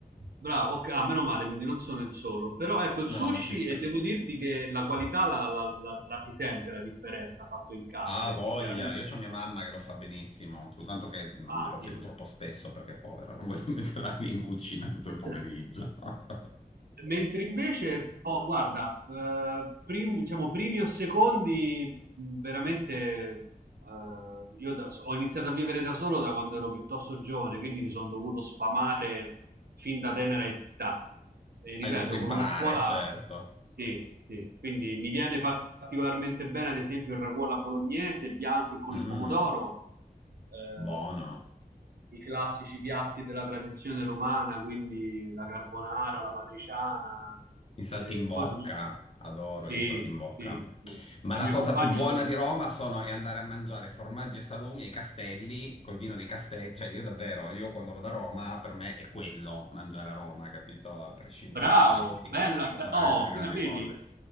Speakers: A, on the right; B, on the left.
A: Bravo, ok, ah, meno male, quindi non sono il solo. Però ecco il
B: No,
A: sushi
B: sì, ti capisco.
A: e devo dirti che la qualità la, la- la- la si sente la differenza fatto in casa,
B: Ah,
A: perché
B: voglia,
A: chiaramente...
B: io ho mia mamma che lo fa benissimo, soltanto che non
A: Ah,
B: glielo chiedo
A: vedi.
B: troppo spesso perché è povera, non voglio <laughs> metterla lì in cucina tutto il pomeriggio.
A: <laughs>
B: <laughs>
A: Mentre invece, oh, guarda, eh, prim- diciamo primi o secondi, mh, veramente, eh, io da- ho iniziato a vivere da solo da quando ero piuttosto giovane, quindi mi sono dovuto sfamare fin da tenera età. E ripeto,
B: Hai dovuto imparare,
A: con una scuola,
B: certo.
A: sì, sì, quindi mi viene particolarmente bene, ad esempio, il ragù alla bolognese, bianco e con
B: Mm,
A: il pomodoro. Ehm,
B: buono.
A: i classici piatti della tradizione romana, quindi la carbonara, la matriciana,
B: Il saltimbocca,
A: eh, poi sono...
B: adoro
A: Sì,
B: io il saltimbocca.
A: sì, sì.
B: Ma
A: La
B: la
A: mia
B: cosa
A: compagna...
B: più buona
A: adora.
B: di Roma sono, è andare a mangiare formaggi e salumi ai castelli, col vino dei castelli. Cioè, io davvero, io quando vado a Roma, per me è quello, mangiare a Roma, capito? A prescindere
A: Bravo,
B: da tutti
A: bella,
B: i grandi ristoranti
A: be- oh,
B: o le grandi
A: fino a vedi
B: cose.